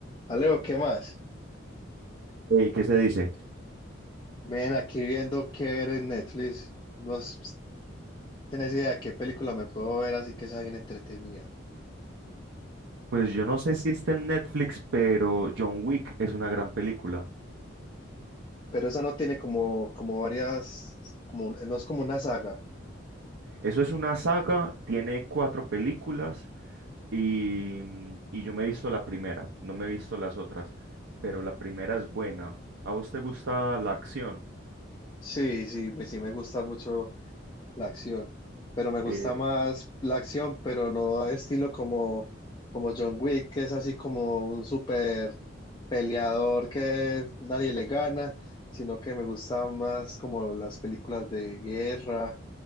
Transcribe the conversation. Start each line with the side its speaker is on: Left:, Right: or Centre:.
Left: Alejo, ¿qué más?
Right: Ey, ¿qué se dice?
Left: Ven aquí viendo qué ver en Netflix. ¿Vos tenés idea de qué película me puedo ver así que sea bien entretenida?
Right: Pues yo no sé si está en Netflix, pero John Wick es una gran película.
Left: Pero esa no tiene como, como varias, como, un- no es como una saga.
Right: Eso es una saga, tiene cuatro películas y, mm, y yo me he visto la primera, no me he visto las otras, pero la primera es buena. ¿A vos te gusta la acción?
Left: Sí, sí, me- sí me gusta mucho la acción, pero me gusta
Right: Eh,
Left: más la acción, pero no estilo como, como John Wick, que es así como un super peleador que nadie le gana, sino que me gusta más como las películas de guerra